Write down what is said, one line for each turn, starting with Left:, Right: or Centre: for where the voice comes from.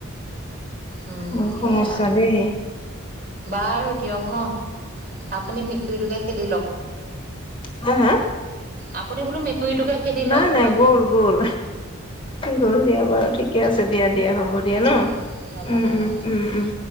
Right: উম,
Left: বহুত
Right: সেয়াই
Left: সমস্যা
Right: আৰু
Left: দেই।
Right: বাৰু দিয়ক ন আপুনি মেকুৰীটোকে খেদি লওক।
Left: হা হা,
Right: আপুনি বোলো মেকুৰীটোকে খেদি
Left: নাই
Right: লওক
Left: নাই
Right: দিয়ক
Left: গ'ল গল গ'ল দিয়া বাৰু ঠিকে আছে দিয়া দিয়া হ'ব দিয়া ন,
Right: ঠিক আছে হ'ব
Left: উম
Right: দিয়ক
Left: উম
Right: অঁ
Left: উম উম